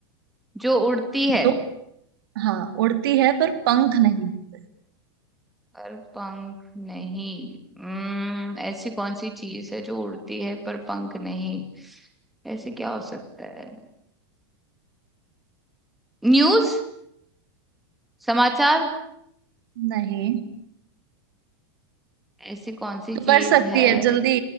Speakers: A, in the centre; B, on the right.
A: जो उड़ती है
B: जो हाँ उड़ती है पर पंख नहीं होते
A: पर पंख नहीं हम्म ऐसी कौन सी चीज है जो उड़ती है पर पंख नहीं ऐसे क्या हो सकता है न्यूज समाचार
B: नहीं
A: ऐसी कौन सी
B: तू
A: चीज
B: कर सकती
A: है
B: है जल्दी